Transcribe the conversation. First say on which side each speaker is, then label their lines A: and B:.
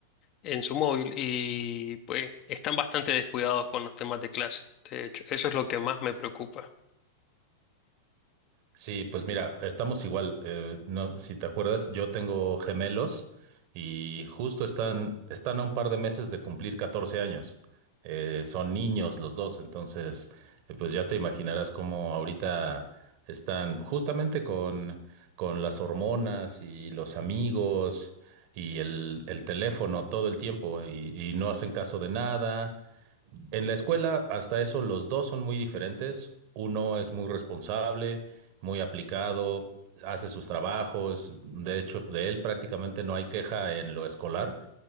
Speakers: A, on the left; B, on the right.
A: en su móvil y pues están bastante descuidados con los temas de clase. De hecho, eso es lo que más me preocupa.
B: Sí, pues mira, estamos igual. eh, no, si te acuerdas, yo tengo gemelos y justo están, están a un par de meses de cumplir 14 años. Eh, son niños los dos, entonces, eh, pues ya te imaginarás cómo ahorita están justamente con, con las hormonas y los amigos y el, el teléfono todo el tiempo y, y no hacen caso de nada. En la escuela, hasta eso, los dos son muy diferentes. Uno es muy responsable, muy aplicado, hace sus trabajos. De hecho, de él prácticamente no hay queja en lo escolar